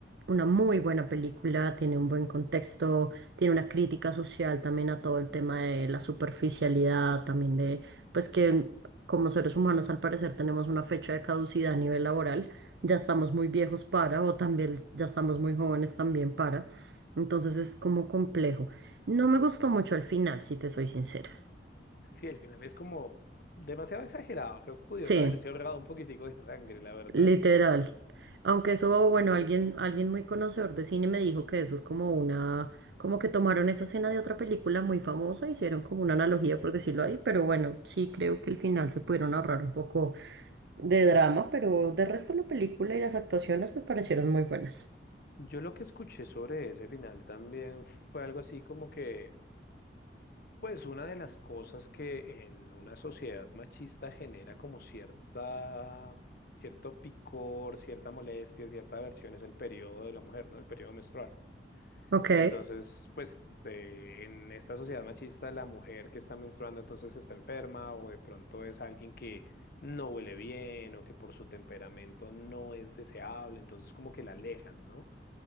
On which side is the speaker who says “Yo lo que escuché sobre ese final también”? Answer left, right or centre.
Left